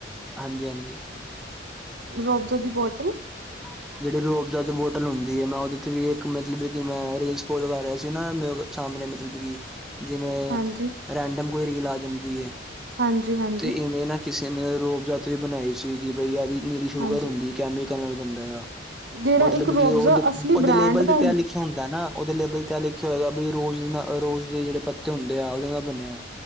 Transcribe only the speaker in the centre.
ਹਾਂਜੀ, ਹਾਂਜੀ।
ਪਾਣੀ ਪਾ ਜਿਹੜੀ ਰੋਬਜ਼ਾ ਦੀ ਬੋਟਲ ਹੁੰਦੀ ਹੈ ਮੈਂ ਉਹਦੇ ਤੇ ਵੀ ਇੱਕ ਮਤਲਬ ਕਿ ਮੈਂ ਰੇਲਸ ਕੋਲਗਾ ਰਿਹਾ ਸੀ ਨਾ ਮ ਸਾਹਮਣੇ ਮਤਲਬ ਕਿ ਜਿਵੇਂ
ਰੈਂਡਮ ਕੋਈ ਰੀਲ ਆ ਜਾਂਦੀ ਏ
ਤੇ ਇਵੇਂ ਨਾ ਕਿਸੇ ਨੇ ਰੋਬਜਾ਼ ਤੇ ਵੀ ਬਣਾਈ ਸੀ ਕਿ ਬਈ ਆ ਵੀ ਨੀਰੀ ਸ਼ੂਗਰ
ਹੁੰਦੀ ਕੈਮੀਕਲ ਨਾਲ ਬੰਦਾ ਆ,
ਮਤਲਬ
ਕਿ ਔਹਤੇ
ਔਹਦੇ
ਲੇਬਲ
ਤੇ ਤੇ ਐ ਲਿਖਿਆ ਹੁੰਦਾ ਨਾ ਉਹਦੇ ਲੇਬਲ ਤੇ ਆ ਲਿਖਿਆ ਹੋਏਗਾ ਬਈ ਰੋਜ਼ ਨਾਲ ਰੋਜ਼ ਦੇ ਜਿਹੜੇ ਪੱਤੇ ਹੁੰਦੇ ਆ ਉਹਦੇ ਨਾਲ ਬਣਯੈ।